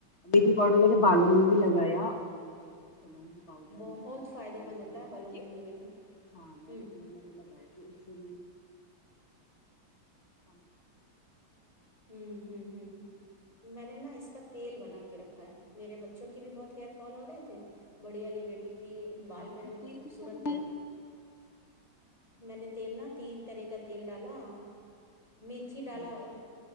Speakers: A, on the left (about 35°); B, on the left (about 15°).
A: بیھی پاؤڈر میں نے بالوں میں بھی لگایا اور چلجی پاؤڈر
B: بہت
A: لھی
B: فائدے مند
A: یہ سن
B: ہوتا
A: ملا
B: ہے بالوں
A: کے
B: لیے میتھی
A: ہاں میں
B: ہوں
A: وہ میں نے لگایا تھا اسے
B: میں نے نا اس کا تیل بنا کے رکھا ہے میرے بچوں کے بھی بہت ہیئر فال ہو رہے تھے بڑی والی بیٹی کی بال
A: آپ
B: میرے
A: نے
B: بہت
A: تیل
B: خوبصورت
A: کس کا بنایا
B: تھے میں نے تیل نہ تین طرح کا تل ڈالا میتھی
A: ہاں
B: ڈالا